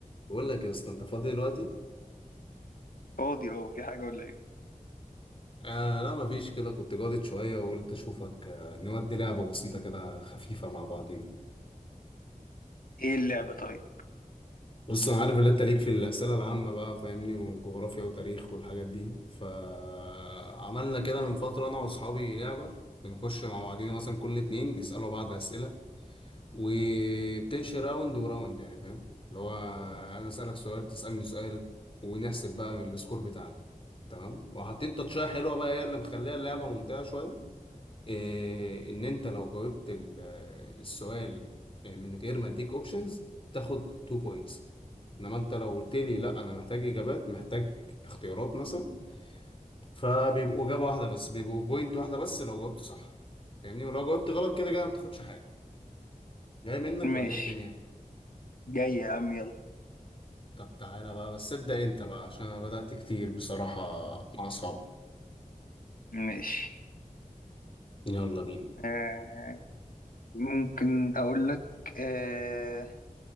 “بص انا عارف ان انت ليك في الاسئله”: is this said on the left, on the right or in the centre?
Left